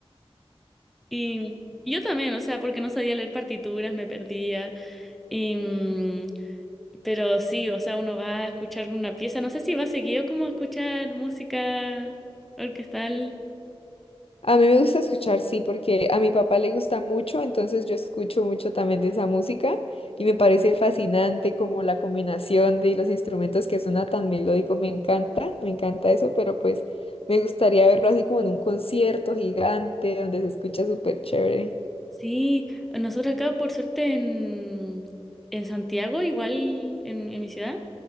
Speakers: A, in the centre; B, on the left (about 65°).
A: Y yo también, o sea, porque no sabía leer partituras, me perdía. Y, mm, pero sí, o sea, uno va a escuchar una pieza, no sé si va seguido como a escuchar música orquestal.
B: Ah, A mí me gusta escuchar, sí, porque a mi papá le gusta mucho, entonces yo escucho mucho también de esa música y me parece fascinante como la combinación de los instrumentos que suena tan melódico, me encanta, me encanta eso, pero pues me gustaría verlo así como en un concierto gigante donde se escucha súper chévere.
A: Sí, nosotros acá por suerte en, en Santiago, igual en, en mi ciudad,